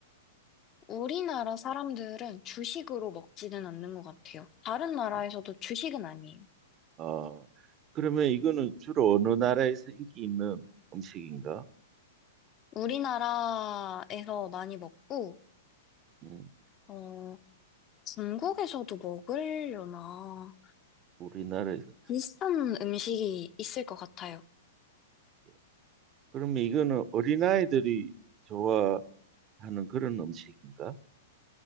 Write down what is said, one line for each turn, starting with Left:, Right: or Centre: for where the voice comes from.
Left: 우리나라 사람들은 주식으로 먹지는 않는 것 같아요. 다른 나라에서도
Right: 주식.
Left: 주식은 아니에요.
Right: 어, 그러면 이거는 주로 어느 나라에서 인기 있는 음식인가?
Left: 우리나라에서 많이 먹고,
Right: 음,
Left: 어, 중국에서도 먹으려나
Right: 우리나라에서.
Left: 비슷한 음식이 있을 것 같아요.
Right: 예. 그러면 이거는 어린아이들이 좋아하는 그런 음식인가?